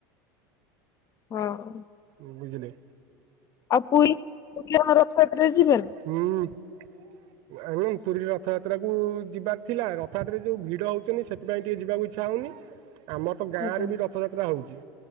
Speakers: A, on the left (about 30°); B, on the right (about 55°).
A: ହଁ।
B: ଉଁ ବୁଝିଲେ?
A: ଆଉ ପୁରୀ କଣ ରଥଯାତ୍ରରେ ଯିବେ ନା?
B: ହୁଁ। ଆ ପୁରୀରେ ରଥଯାତ୍ରାକୁ ଯିବାର ଥିଲା ରଥଯାତ୍ରାରେ ଯେଉଁ ଭିଡ଼ ହେଉଛନ୍ତି ସେଥିପାଇଁ ଟିକେ ଯିବାକୁ ଇଚ୍ଛା ହେଉନି। ଆମର ତ ଗାଁ
A: ଆଜ୍ଞା
B: ରେ ବି ରଥଯାତ୍ରା ହଉଛି